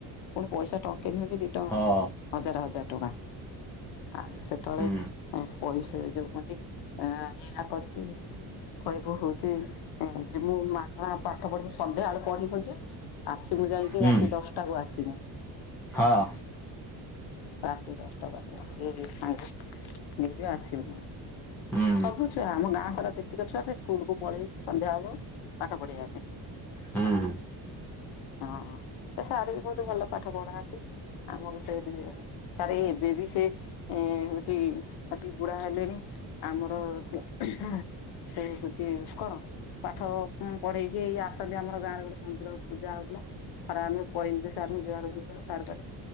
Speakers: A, on the left; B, in the centre.
A: ପୁଣି ପଇସା ଟଙ୍କେ ନୁହେଁ କି ଦି ଟା
B: ହଁ
A: ନୁହେଁ ହଜାର ହଜାର ଟଙ୍କା ଆଉ ସେତେବେଳେ
B: ହୁଁ
A: ପଇସା ସେ ଯୋଉନ୍ତି ଆ ଇଆ କରିକି କହିବୁ ହଉଛି ଯେ ମୁଁ ମାଗଣା ପାଠ ପଢିବି ସନ୍ଧ୍ୟାବେଳୁ ପଢିବୁ ଯେ ଆସିବୁ ଯାଇକି
B: ହୁଁ
A: ରାତି ଦଶଟା କୁ ଆସିବୁ।
B: ହଁ
A: ରାତି ଦଶଟା ବାସିଲ ଏଇ ସାଙ୍ଗେ ଯିବି ଆସିବି ନା <unintelligible>
B: ହୁଁ
A: ସବୁଛୁଆ ଆମ ଗାଁ ସାରା ଯେ ତିକ ଛୁଆ ସେ ସ୍କୁଲକୁ ପଳେଇ ସନ୍ଧ୍ୟା ହବ ପାଠ ପଢିବା ପାଇଁ।
B: ହୁଁ ହୁଁ।
A: ହଁ ସେ ସାର୍ ବି ବହୁତ ଭଲ ପାଠ ପଢ଼ାନ୍ତି ଆମକୁ ସେଇ ଦୁଇ ସାରେ ଏବେ ବି ସେ ଏ ହଉଛି ଆସିକି ବୁଢା ହେଲେଣି ଆମର ସେ ଉହଁ ସେଇ ହଉଛି କଣ ପାଠ ପଢେଇକି ଏଇ ଆସନ୍ତି ଆମର ଗାଁରେ ଗ ମନ୍ଦିର ପୂଜା ହଉଥିଲା ଥରେ ଆମେ କହିନି ଯେ ସାର ଯୁହାର ସାର୍ କଲେ